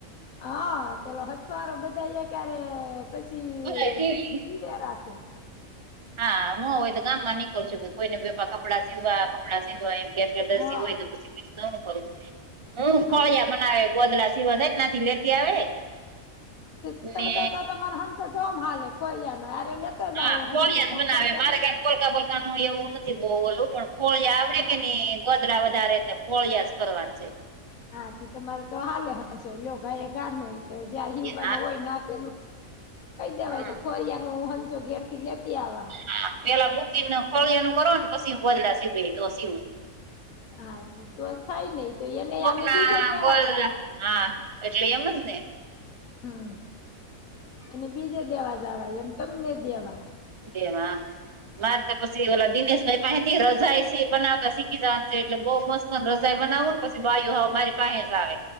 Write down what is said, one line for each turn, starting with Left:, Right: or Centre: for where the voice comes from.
Left: હા તો લો હથવારો બધા યે ક્યારે પછી
Right: બધા ટીવી
Left: ની રાખે.
Right: હા હું હોય તો ગામ માં નીકળ છું કે કોઈ ને બધા કપડાં સીવવા કપડાં સીવા એમ. કેમકે દરજી
Left: હા
Right: હોય તો તું શીખવીશ તો હું કરું હું
Left: તમે
Right: કરું યાર મને હવે ગોદલા સીવવા જાય ના થી લેતી આવે.
Left: <unintelligible>
Right: ને હા ફોળિયા
Left: હંસો ના
Right: જ બનાવે
Left: ખોરિયા
Right: મારે
Left: બને
Right: કઈ કોઈકા કોઈક કનું એવું નથી બહુ ઓલું પણ ફોળિયા આવડે
Left: હા
Right: કે નઈ? ગદડા વધારે ફળિયાસ કરવા છે.
Left: હા તમારે તો હાલે હશો લો ગ એ ગા નય તો જયારે હયવા
Right: હા
Left: ન હોય ના પેલું કઈ દેવાય
Right: હા
Left: તો ખોરિયા નો હંચો ઘેર થી લેતી આવા.
Right: હા પેલા બુકીને ખોળિયાનું કરો ને પછી ગોદલા સીવી તો સીવું.
Left: હા તોસ થાય નહિ તો એને
Right: કોક
Left: અમે
Right: ના
Left: બીજે દેવા
Right: ગોદડા
Left: જવા.
Right: હા એટલે એમજ ને.
Left: હમ્મ અને બીજે દેવા જવાય એમ તમને દેવા.
Right: દેવા. માર તો પછી ઓલા દિનેશભાઈ પાથી રજાય છે બનાવતા શીખી જવાનું છે એટલે બહુ મસ્ત રજાઈ બનાવું ને પછી બાયું હવુ મારી પાસે જ આવે.